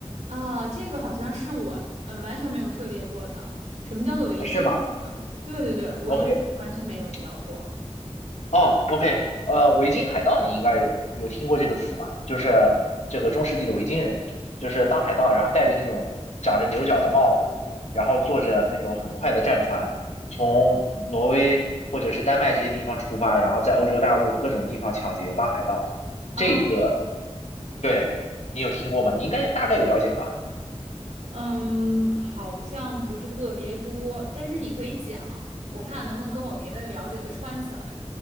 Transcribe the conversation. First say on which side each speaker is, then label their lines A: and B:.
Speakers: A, on the right; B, on the left.
A: 啊，这个好像是我呃完全没有涉猎过的。什么叫做维京呢？
B: 啊，是吗
A: 对对对，我应该是完全没有聊过
B: ？OK，对，哦，OK，呃，维京海盗你应该有有听过这个词吗？就是这个中世纪的维京人，就是当海盗，然后戴着那种长着牛角的帽子，然后坐着那种很快的战船，从挪威或者是丹麦这些地方出发，然后在欧洲大陆各种地方抢劫当海盗。
A: 啊。
B: 这个，对，你有听过吗？你应该大概有了解吧？
A: 嗯，好像不是特别多，但是你可以讲，我看能不能跟我别的了解的穿起来。